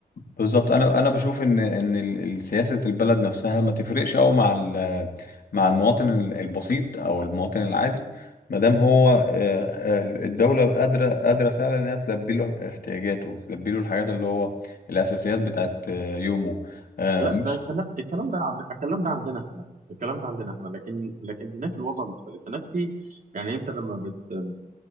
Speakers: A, on the left; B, on the right.
A: بالظبط انا انا بشوف ان ان ال- ال- سياسة البلد نفسها ما تفرقش قوي مع ال... مع المواطن ال- البسيط او المواطن العادي ما دام هو آه، آه، الدولة قادرة قادرة فعلا انها تلبي له احتياجاته تلبي له الحاجات اللي هو الاساسيات بتاعت آه، يومه آه،
B: لا
A: مش
B: ده كلام الكلام ده عن الكلام ده عندنا احنا الكلام ده عندنا احنا لكن لكن هناك الوضع مختلف هناك في يعني انت لما بت